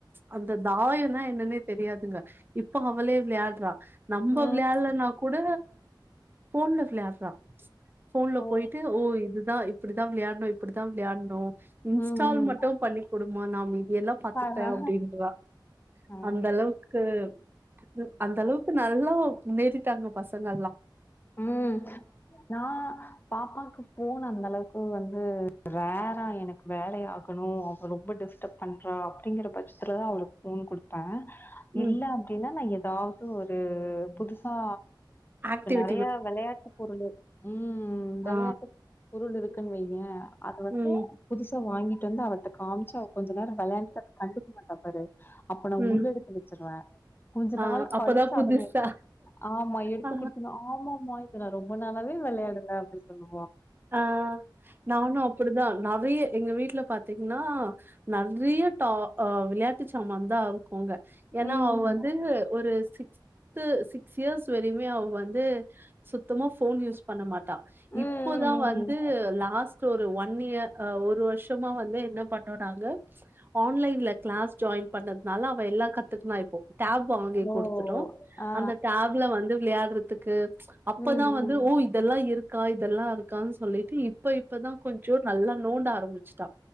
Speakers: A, on the right; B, on the left.
A: அந்த தாயன்னா என்னன்னே தெரியாதுங்க இப்போ அவளே விளையாட்றா நம்ம
B: ம்.
A: விளையால்லனா கூட ஃபோன்ல விளயாட்றா ஃபோன்ல
B: ஓ!
A: போய்ட்டு ஓ இதுதா இப் இப்பிடித்தா விளையாட்ணு இப்பிடித்தா விளையாட்ணு இன்ஸ்டால்
B: ம். ம்.
A: மட்டும் பண்ணி குடும் மா நாமி எல்லா பாத்துக்கிட்டே
B: ஆஹா!
A: அப்படின்றா
B: ஆ.
A: அந்த அளவுக்கு கு அந்த அளவுக்கு இப்ப நல்லா முன்னேறிட்டாங்க பசங்க எல்லா
B: உம் நான் பாப்பாக்கு போன் அந்த அந்தளவுக்கு வந்து ரேரா எனக்கு வேலை ஆகணும் அவ ரொம்ப டிஸ்டர்பப் பண்ணுறா அப்படிங்கிற பட்சத்தில் தான் அவளுக்கு போன் கொடுப்பேன்
A: ம்
B: இல்ல அப்படின்னா நான் எது அதாவது ஒரு புதுசா
A: ஆக்டிவே
B: நெறையா விளையாட்டு பொருள் உம் விளையாட்டு
A: ஆ
B: பொருள் இருக்குன்னு வையே அது வந்து
A: ம்
B: புதுசு வாங்கிட்டு வந்து அவிட்ட காமிச்சு அவ கொஞ்ச நேரம் விளையாண்டுட்டு கண்டுக்க மாட்டா பாரு அப்ப நான்
A: ம்
B: உள்ள எடுத்து வச்சிருவேன் கொஞ்ச
A: ஆ
B: நாள்
A: அப்பதான்
B: கழிச்ச
A: புதுசா
B: அதனே ஆமா எடுத்துக்குடு
A: ஆ
B: ஆமா மா இது நான் ரொம்ப நாளாவே விளையாடுரே அப்படின் சொல்லு
A: ஆஹ் நானும் அப்படிதான் நெறைய எங்க வீட்டுல பாத் தீங்ன்னா நெறைய டா விளையா சமாந்தவ் க்குங்க ஏன்னா
B: ம்
A: அவ வந்து ஒரு சிஸ் த்து சிக்ஸ் இயர்ஸ் வெரை மே அவ வந்து சுத்தமா போன் யூஸ் பண்ண மாட்டா
B: ம் ம்
A: இப் தா
B: ம்
A: வந்து லாஸ்ட் ஒரு ஒன் இயர் ஆ ஒரு வருஷமா வந்து என்ன பண்ணோ நாங்க ஆன்லைன்ல கிளாஸ் ஜாயின் பண்ணதுனால அவ எல்லா கத்துக்குனா இப்போ டேப் வாங்கி
B: ஓ
A: கொடுத்துட்டோம்
B: ஆ
A: அந்த டேப்ல வந்து விளையாடுற த்துக்கு ச்சு அப்பதான்
B: ம் ம்
A: வந்து ஓ இதெல்லா இருக்கா இதெல்லா இருக்கான்னு சொல்லிட்டு பி இப்ப இப்பதான் கொஞ்சோ நல்லா நோண்ட ஆரம்பிச்சுட்டா